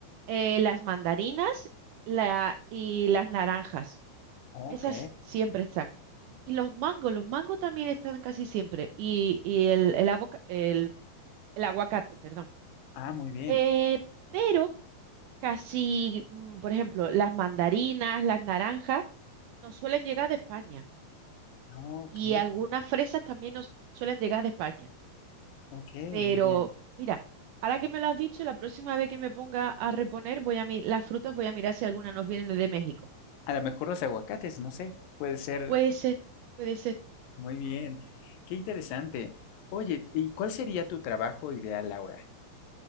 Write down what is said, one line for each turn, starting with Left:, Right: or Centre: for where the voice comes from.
Right: eh, las mandarinas la- y las naranjas.
Left: Ok.
Right: Esas siempre están. Y los mangos, los mangos también están casi siempre. Y, y el, el, avoca- el- el aguacate, perdón.
Left: Ah, muy bien.
Right: Eh, pero casi, mm, por ejemplo, las mandarinas, las naranjas nos suelen llegar de España
Left: Ah, Ok,
Right: y algunas fresas también nos suelen llegar de España.
Left: ok,
Right: Pero
Left: muy bien.
Right: mira, ahora que me lo has dicho, la próxima vez que me ponga a reponer, voy a mi- las frutas voy a mirar si alguna nos viene de México.
Left: A lo mejor los aguacates, no sé, puede ser
Right: Puede ser, puede ser.
Left: muy bien. Qué interesante. Oye, ¿y cuál sería tu trabajo ideal, Laura?